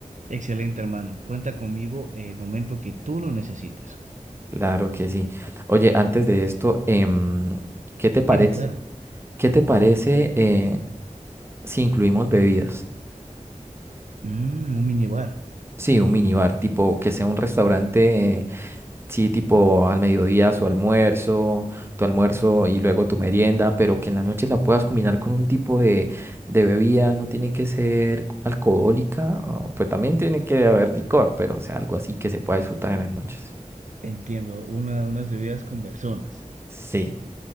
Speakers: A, on the right; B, on the right.
A: Excelente, hermano. Cuenta conmigo el momento que tú lo necesites.
B: Claro que sí. Oye, antes de esto, em, ¿qué te parece?
A: Dime, claro.
B: ¿Qué te parece eh, si incluimos bebidas?
A: Mm, un minibar.
B: Sí, un minibar, tipo que sea un restaurante Sí, tipo al mediodía su almuerzo, tu almuerzo y luego tu merienda, pero que en la noche la puedas combinar con un tipo de, de bebida, no tiene que ser alcohólica, o- pues también tiene que haber licor, pero o sea, algo así que se pueda disfrutar en las noches.
A: Entiendo, una, unas bebidas con personas.
B: Sí,